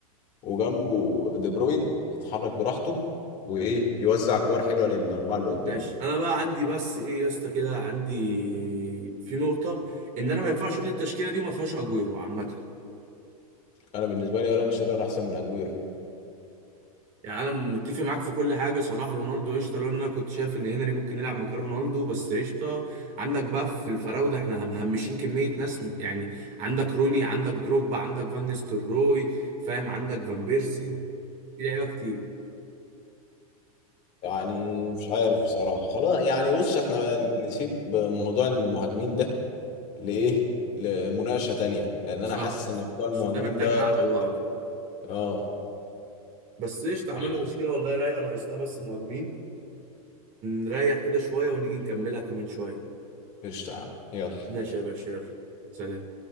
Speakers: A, on the left; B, on the right.
A: وجنبه دي بروين يتحرك براحته وايه يوزع كور حلوة للأربعة اللي قدام
B: ماشي انا بقى عندي بس ايه يا اسطى كده عندي في نقطه ان انا ما ينفعش اقول التشكيله دي وما فيهاش اجويرو عامه
A: انا بالنسبة لي الان شيرر احسن من اجويرو
B: يعني انا متفق معاك في كل حاجه صلاح رونالدو قشطه لو إن انا كنت شايف ان هنري ممكن يلعب مكان رونالدو بس قشطه عندك بقى في الفراوده احنا مهمشين كميه ناس م- يعني عندك روني عندك دروجبا عندك فان نيستلروي فاهم عندك فان بيرسي في لعيبه كتير
A: يعني مش عارف بصراحة خلاص يعني بص احنا نسيب موضوع المهاجمين ده لإيه لمناقشة تانية لأن أنا
B: صح
A: حاسس إن موضوع المهاجمين
B: عشان ده محتاج
A: ده
B: قعده
A: طويل
B: لوحده
A: أوي. اه
B: بس قشطه عملنا
A: ماشي
B: تشكيله والله رايقه ناقص لها بس مهاجمين نريح كده شويه ونيجي نكملها كمان شويه
A: قشطة يا عم يلا
B: ماشي يا باشا يلا سلام